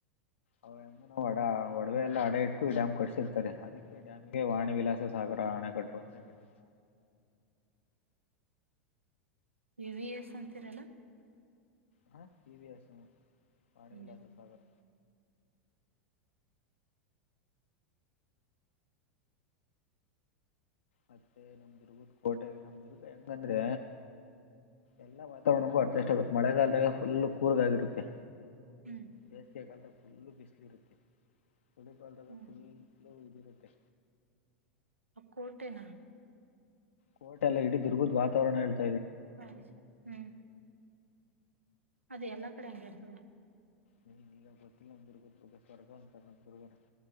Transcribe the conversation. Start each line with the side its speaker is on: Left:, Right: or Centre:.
Left: ಅವ ಎಮ್ಮನ ಒಡ ಒಡವೆ ಎಲ್ಲ ಹಡ ಇಟ್ಟು ಡ್ಯಾಮ್ ಕಟ್ಸಿರ್ತಾರೆ ಅದಕ್ಕೆ ಡ್ಯಾಮಗೆ ವಾಣಿ ವಿಲಾಸ ಸಾಗರ ಹಣ ಕಟ್ಟ ಕಟ್ಟ
Right: ವಿ ವಿ ಎಸ್ ಅಂತಿರಲ್ಲ
Left: ಹಾ ವಿ ಅ ಪಾಣ
Right: ಹ್ಮ್
Left: ವಿಲ್ಲಸ ಸಗರ ಮತ್ತೆ ನಮ್ ದುರ್ಗದ ಕೋಟೆಗೆ ನಮ್ ದುರ್ಗ ಹೆಂಗಂದ್ರೆ ಎಲ್ಲಾ ವಾತಾವರಣಕ್ಕೂ ಅಡ್ಜಸ್ಟ್ ಆಗುತ್ತೆ ಮಳೆಗಾಲದಾಗ ಫುಲ್ ಕೂರ್ಗಾಗಿರುತ್ತೆ
Right: ಹ್ಮ್
Left: ಬೇಸಿಗೆ ಕಾಲದ ಫುಲ್ಲು ಬಿಸಿಲು ಇರುತ್ತೆ ಕಾಲದಾಗ
Right: ಹ್ಮ್
Left: ಕುಿ ಹದಿರುತ್ತೆ
Right: ಹ ಕೋಟೆನಾ
Left: ಕೋಟ್ೆ ಎಲ್ಲಡ ದುರ್ಗದ್ ವಾತಾವರಣ ಹೇಳ್ತು
Right: ಹರಿಷ ಹ್ಮ್ ಅದೇ ಎಲ್ಲಾ ಕಡೆ ಹಂಗಗೆ ಇರ್ತದೆ
Left: ನೀ ನೀಗತ್ತ ಅಂದಗ ತಗರ್ಗ